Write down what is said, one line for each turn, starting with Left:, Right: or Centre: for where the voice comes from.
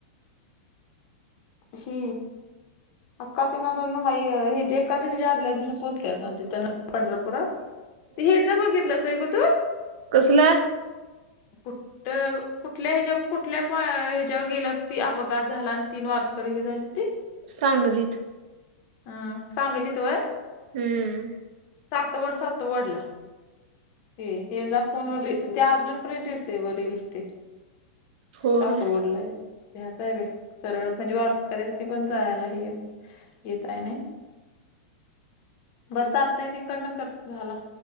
Left: ही अका ते ना तर हा हे जे एका दिवशी आदल्या दिवशी पोचत्यात. नदी <unintelligible> पंढरपुरात, हेच बघितलंस होय ग तू.
Right: कसलं?
Left: कुठ कुठल्या हच्यावर कुठल्या ह्याच्यावर गेल ती अपघात झाला आणि तीन वार हे झाले ते-
Right: सांगलीत.
Left: हम्, सांगलीत व्हय
Right: हम्म
Left: सातवड सातवडला. हे ज फोनवर ते अजूनपर्यंत येत आहे ब रीलस ते.
Right: होय.
Left: सातवड ला आहे. ह्याच आहे बा सरळ म्हणजे वारक कऱ्या नाही पण जायला हे येतय नाही. बरं चालतंय तिकड न कर, झाला.